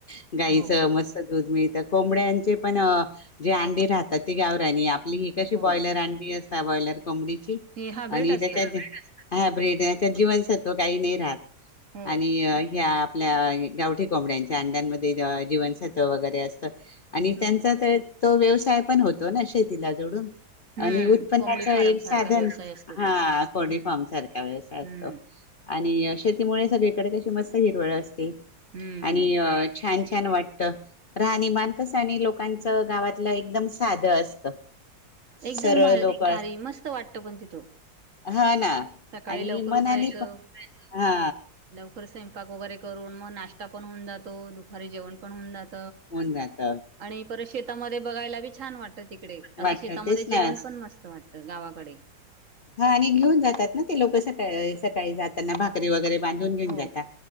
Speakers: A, on the left (about 85°); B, on the right (about 45°).
A: <unintelligible> गाईचं
B: हो
A: मस <unintelligible> दूध मिळतं कोंबड्यांचे पण जे अंडे राहतात ते गावरानी आपली ही कशी
B: हो
A: बॉयलर अंडी असता बॉयलर कोंबडीची
B: हे हायब्रेट
A: आणि
B: असतात
A: त्याच्यात हायब्रीड याच्यात जीवनसत्व काही नाही राहत
B: हो
A: आणि ह्या आपल्या गावठी कोंबड्यांच्या अंड्यांमध्ये जीवनसत्त्व वगैरे असतं आणि
B: हम्म
A: त्यांचा तर तो व्यवसाय पण होतो ना शेतीला जोडून
B: हम्म
A: आणि उत्पन्नाचं
B: कोंबडी फार्म
A: एक साधन
B: सारखा व्यवसाय असतो
A: हा
B: तो हम्म
A: पोल्ट्रीफार्म सारखा व्यवसाय असतो
B: हम्म
A: आणि अ शेतीमुळे सगळीकडे कशी मस्त हिरवळ असते
B: हम्म
A: आणि अ छान न वाटतं राहणीमान कसं आणि लोकांचं गावातल्या एकदम साधं असत. सरळ
B: एकदम भ
A: लोक
B: भारी मस्त वाटत पण तिथं
A: हा ना
B: सकाळी
A: आणि
B: लवकर
A: मनाने
B: उठायचं
A: पण हा
B: लव कर स्वयंपाक वगैरे करून म नाश्ता पण होऊन जातो दुपारी जेवण पण होऊन जातं.
A: होऊन जातं
B: आणि परत शेतामध्ये बघायला बी छान वाटत तिकडे असं
A: वाटत
B: शेतामध्ये
A: तेच
B: जेवण
A: ना
B: पण मस्त वाटतं गावा कडे
A: हा आणि घेऊन जातात ना ते लोक सका सकाळी जाताना भाकरी वगैरे बांधून घेऊन
B: हो
A: जातात